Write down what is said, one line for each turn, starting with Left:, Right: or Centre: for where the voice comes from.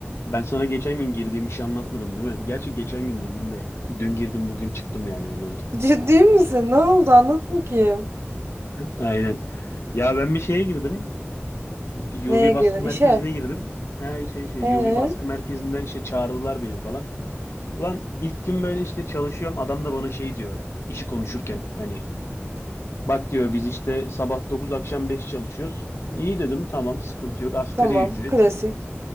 Left: Ben sana geçen gün girdiğim işi anlatmadım değil mi? Gerçi geçen gün dediğimde dün girdim bugün çıktım yani öyle oldu.
Right: Ciddi misin? Ne oldu? Anlat bakayım.
Left: Aynen. Ya ben bir şeye girdim. UV
Right: Neye girdin?
Left: baskı
Right: İşe.
Left: merkezine girdim. Her şey şey
Right: Ee,
Left: UV baskı merkezinden işte çağırdılar beni falan. Ulan ilk gün böyle işte çalışıyorum. Adam da bana şey diyor işi konuşurken hani bak diyor biz işte sabah 9 akşam 5 çalışıyoruz. İyi dedim tamam sıkıntı yok asgari
Right: tamam.
Left: ücret.
Right: Klasik.